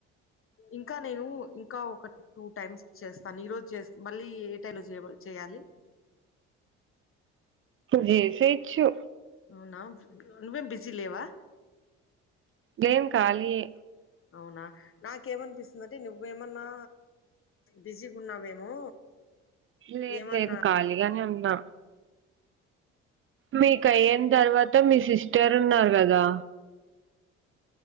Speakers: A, on the left; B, on the right.
A: ఇంకా నేను ఇంకా ఒక టూ టైమ్స్ చేస్తాను ఈరోజు చే మళ్ళీ ఏ టైలో చేయాలి.
B: జేసేయిచ్చు
A: అవునా నువ్వేం బిజి లేవా
B: లేం కాలీ ఏ
A: అవునా నాకేమనిపిస్తుందింటే నువ్వేమన్నా బిజీగా ఉన్నావేమో.
B: లేదు
A: ఏమన్నా
B: లేదు ఖాళీగానే ఉంది నా మీకు అయన తర్వాత మీ సిస్టర్ ఉన్నారు కదా